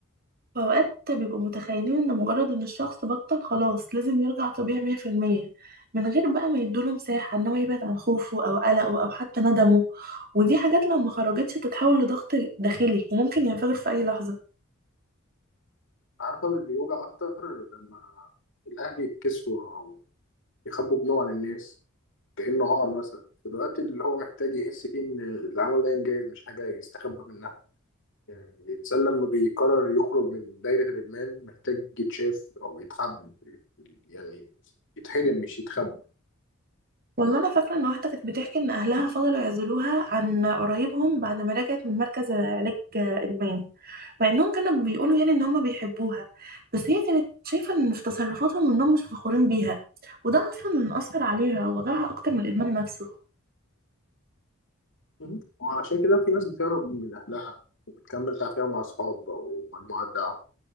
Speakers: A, on the right (about 45°); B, on the left (about 60°).
A: فاوقات بيبقوا متخيلين ان مجرد ان الشخص بطل خلاص لازم يرجع طبيعي 100% من غير بقى ما يدوله مساحه ان هو يبعد عن خوفه او قلقه او حتى ندمه ودي حاجات لو ما خرجتش بتتحول لضغط داخلي وممكن ينفجر في اي لحظه
B: عارفه اللي يوجع اكتر لما الاهل يتكسفوا او يخبوا ابنهم عن الناس كأنه عار مثلا في الوقت اللي هو محتاج يحس فيه ان اللي عمله ده انجاز مش حاجه يستخبى منها يعني الإنسان لما بيقرر يخرج من دايرة الإدمان محتاج يتشاف أو يتحب يعني يتحضن مش يتخبى
A: والله انا فاكره ان واحده كانت بتحكي ان اهلها فضلوا يعزلوها عن قرايبهم بعد ما رجعت من مركز علاج ادمان مع انهم كانوا بيقولوا يعني ان هم بيحبوها بس هي كانت شايفه ان في تصرفاتهم انهم مش فخورين بيها وده اصلا اثر عليها ووجعها اكتر من الادمان نفسه
B: مهم. وعشان كده في ناس بتهرب من أهلها وبتكمل تعافيها مع أصحاب أو مجموعة دعم